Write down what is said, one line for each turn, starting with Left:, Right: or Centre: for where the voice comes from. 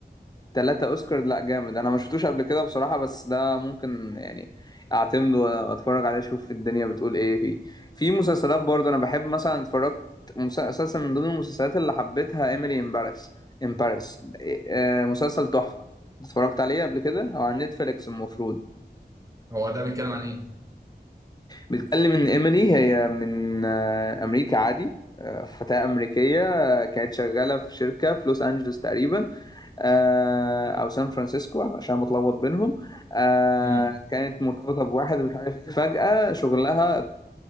Left: ثلاثة اوسكار لا جامد انا ما شفتوش قبل كده بصراحة بس ده ممكن يعني اعتمد واتفرج عليه اشوف الدنيا بتقول ايه فيه في مسلسلات برضه انا بحب مثلا اتفرجت مسلسل من ضمن المسلسلات اللي حبيتها ايميلي ان باريس ان باريس إيه، آه، مسلسل تحفة اتفرجت عليه قبل كده او على نتفليكس المفروض
Right: هو ده بيتكلم عن ايه؟
Left: بتكلم ان ايميلي هي من آه، امريكا عادي آه، فتاة أمريكية آه، كانت شغالة في شركة في لوس أنجلوس تقريبا آه، أو سان فرانسيسكو عشان بتلخبط بينهم آه،
Right: امم
Left: كانت مرتبطة بواحد مش عارف إيه فجأة شغلها